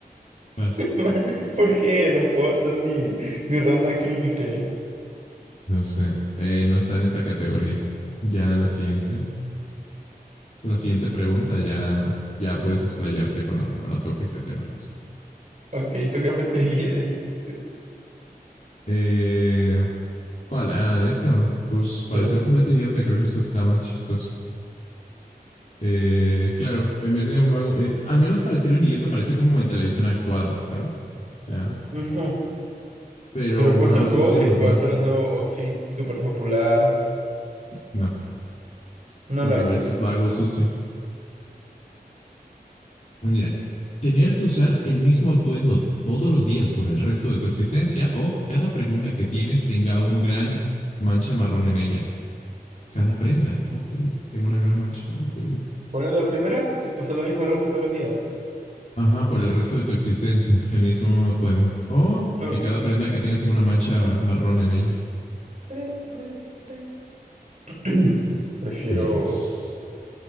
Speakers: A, on the left; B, on the right.
A: basta.
B: <laughs> ¿Por qué? No puedo hacer mi, mi ronda cringe.
A: No sé. Eh, no está en esta categoría. Ya la siguiente, la siguiente pregunta, ya, ya puedes explayarte cuando, cuando toque ese tema. pues.
B: Ok, ¿tú qué <laughs> prefieres?
A: Eh, ¿cuál? Ah, de esto. Pues parecer
B: Sí.
A: un completo idiota. Creo que eso está más chistoso. Eh, claro, en vez de un vago, eh, al menos parecer un idiota parece como en televisión actuado, ¿sabes? O sea,
B: Ujú.
A: pero
B: Pero puede
A: vago
B: ser
A: sucio,
B: tu outfit,
A: pues
B: puede
A: no,
B: ser el nuevo outfit súper popular.
A: no,
B: No
A: porque
B: lo es.
A: pareces
B: Ok.
A: vago sucio. Mira, tener que usar el mismo atuendo todos los días por el resto de tu existencia o que cada pregunta que tienes tenga un gran mancha marrón en ella. Cada prenda, ok, tengo una gran mancha, ok, ok.
B: ¿Cuál es la primera? Eh, Usa la misma ropa todos los días.
A: Ajá, por el resto de tu existencia, el mismo atuendo. O
B: No,
A: que
B: Ok.
A: cada prenda que tengas tenga una mancha marrón en ella.
B: Pre- pre- pre. <clears throat> Prefiero,
A: ¿Qué eliges?